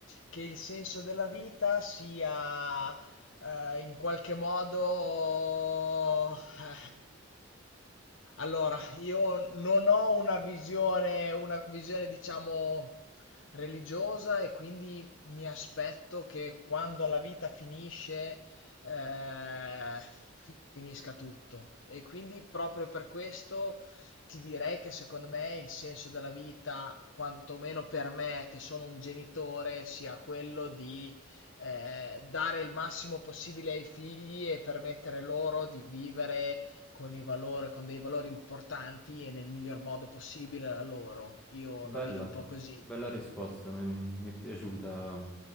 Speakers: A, on the left; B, in the centre.
A: che il senso della vita sia eh, in qualche modo <laughs> Allora, io non ho una visione, una visione, diciamo, religiosa e quindi mi aspetto che quando la vita finisce, eh, fi- finisca tutto. E quindi proprio per questo ti direi che secondo me il senso della vita, quantomeno per me che sono un genitore, sia quello di eh, dare il massimo possibile ai figli e permettere loro di vivere con i valori, con dei valori importanti e nel miglior modo possibile a loro. Io
B: bella,
A: la vedo un po' così.
B: bella risposta, mi, mi è piaciuta.